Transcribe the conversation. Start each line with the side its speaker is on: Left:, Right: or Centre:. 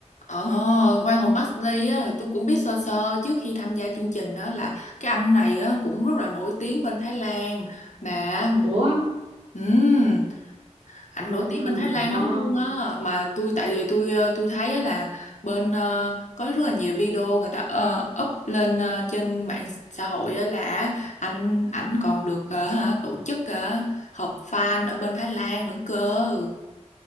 Left: Ờ, Quang Hùng Bắc á, tôi cũng biết sơ sơ trước khi tham gia chương trình đó là cái anh này á, cũng rất là nổi tiếng bên Thái Lan mà
Right: Ủa à,
Left: ừm, anh nổi
Right: wow
Left: tiếng bên Thái Lan lắm luôn á mà tôi tại vì tôi ờ, tôi thấy á là bên ờ, có rất là nhiều video người ta ờ, up lên ờ, trên mạng xã hội á là anh ảnh còn được ờ, hả, tổ chức ờ, họp fan ở bên Thái Lan nữa cơ.